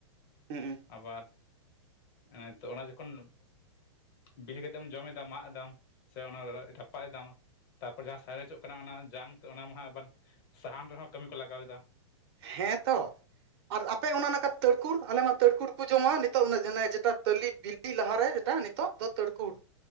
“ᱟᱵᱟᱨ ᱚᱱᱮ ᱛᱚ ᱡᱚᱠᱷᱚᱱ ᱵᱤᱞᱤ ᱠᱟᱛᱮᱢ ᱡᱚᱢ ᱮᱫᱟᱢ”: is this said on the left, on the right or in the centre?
Left